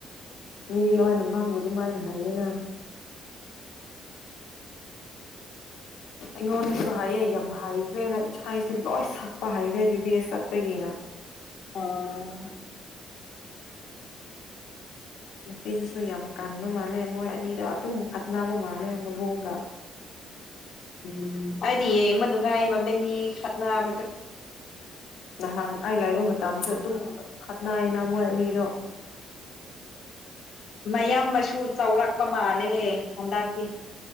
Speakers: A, on the left (about 85°); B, on the left (about 65°).
A: ꯃꯤ ꯂꯣꯏꯅ ꯃꯥꯡꯕ ꯑꯗꯨꯃꯥꯏꯅ ꯍꯥꯏꯌꯦꯅ ꯑꯩꯉꯣꯟꯗꯁꯨ ꯍꯥꯏꯌꯦ ꯌꯥꯝ ꯍꯩꯈ꯭ꯔꯦꯅ ꯏꯁꯩꯁꯨ ꯂꯣꯏ ꯁꯛꯄ ꯍꯩꯔꯦ ꯕꯤ ꯕꯤ ꯑꯦꯁ ꯆꯠꯄꯒꯤꯅ
B: ꯑꯣ
A: ꯃꯆꯤꯟꯁꯨ ꯌꯥꯝ ꯀꯟꯕ ꯃꯥꯜꯂꯦ ꯃꯣꯏ ꯑꯅꯤꯗꯣ ꯑꯗꯨꯝ ꯈꯠꯅꯕ ꯃꯥꯜꯂꯦ ꯃꯕꯨꯡꯒ
B: ꯎꯝ ꯑꯩꯗꯤ ꯌꯦꯡꯕ ꯅꯨꯡꯉꯥꯏ ꯃꯕꯥꯅꯤ ꯈꯠꯕꯗꯨ
A: ꯅꯍꯥꯟ ꯑꯩ ꯂꯩꯕ ꯃꯇꯝꯁꯨ ꯑꯗꯨꯝ ꯈꯠꯅꯩꯅ ꯃꯣꯏ ꯑꯅꯤꯗꯣ
B: ꯃꯌꯥꯝꯕꯁꯨ ꯆꯥꯎꯔꯛꯄ ꯃꯥꯜꯂꯦꯍꯦ ꯍꯟꯗꯛꯇꯤ